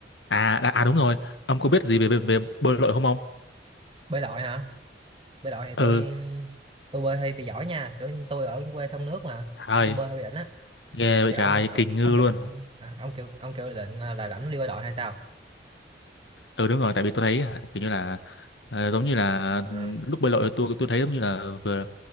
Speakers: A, on the left; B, on the right.
A: à, à à đúng rồi, ông có biết gì về về, về bơi lội không ông?
B: bơi lội hả bơi lội thì
A: Ừ,
B: tôi tôi bơi hơi bị giỏi nha kiểu như tôi ở quê sông nước mà
A: trời,
B: tôi bơi hơi bị đỉnh á
A: ghê vậy
B: kiểu
A: trời,
B: là ông ông
A: kinh ngư
B: ông định
A: luôn.
B: à, ông kêu ông kêu định là rảnh đi bơi lội hay sao
A: ừ đúng rồi tại vì tôi thấy hả, kiểu như là ờ, giống như là
B: Ờ,
A: ừm, lúc bơi lội tôi tôi thấy giống như là vừa